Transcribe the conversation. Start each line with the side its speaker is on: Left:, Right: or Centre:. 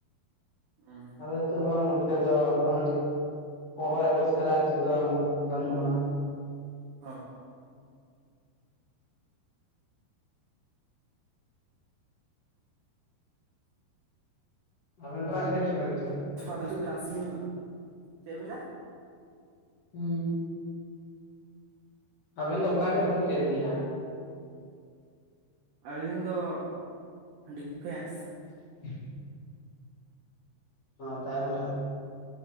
Right: ᱮᱸᱻ ᱾
Left: ᱤᱛᱚᱜ ᱱᱚᱛᱮ ᱫᱚ, ᱮᱚᱠᱷᱱ ᱫᱚ, ᱯᱚᱱᱨᱚᱭ ᱮᱜᱚᱥᱴ ᱱᱤᱛᱚᱜ ᱫᱚ, ᱵᱟᱹᱱᱩᱜᱼᱟ ᱾
Right: ᱚᱸᱻ ᱾
Left: ᱟᱵᱤᱱ, ᱚᱠᱟ ᱥᱮᱫ ᱪᱚᱵᱤᱱ, ᱠᱷᱮᱞᱻᱟ ᱾
Right: ᱛ-ᱷᱩ, <unintelligible> ᱟᱥᱤᱱ ᱫᱚ, ᱪᱮᱫ ᱵᱤᱱ ᱞᱟᱹᱭᱟ ᱾
Left: ᱦᱩᱸᱻ ᱾ ᱟᱵᱮᱱ ᱫᱚ, ᱚᱠᱟ ᱴᱷᱮᱱ ᱵᱮᱱ, ᱠᱷᱮᱞ ᱜᱮᱭᱟ ᱾
Right: ᱟᱹᱞᱤᱧ ᱫᱚ, ᱰᱤ-ᱯᱷᱮᱱᱥ ᱾
Left: <unintelligible> ᱚ ᱛᱟᱭᱚᱢ ᱨᱮ,